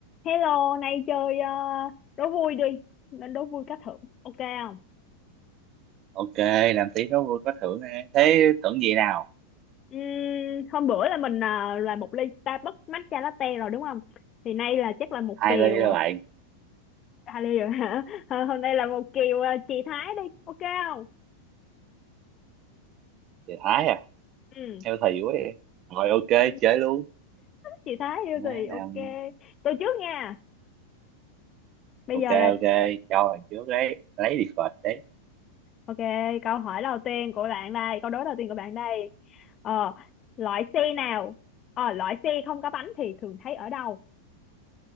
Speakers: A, on the left; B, on the right.
A: Hello, nay chơi ờ, đố vui đi, nên đố vui cá thưởng, ok không?
B: ok làm tí đó vui có thưởng nè. thế thưởng gì nào
A: Ừm, hôm bữa là mình ờ, là một ly Starbucks matcha latte rồi đúng không? Thì nay là chắc là một
B: hai
A: kèo
B: ly rồi
A: ờ,
B: bạn
A: à, ly rồi hả? <laughs> Ờ, Hôm nay là một kèo ờ, chị Thái đi, ok không?
B: thì thái à
A: Ừ.
B: theo thầy vui đi. rồi ok
A: Ừ,
B: chơi luôn
A: Chị Thái yêu
B: Má
A: thì ok.
B: làm
A: Tôi trước nha. Bây
B: ok
A: giờ là
B: ok cho bạn trước đấy lấy đi phật đấy
A: ok, câu hỏi đầu tiên của bạn đây, câu đố đầu tiên của bạn đây. Ờ, loại xe nào? Ờ, loại xe không có bánh thì thường thấy ở đâu?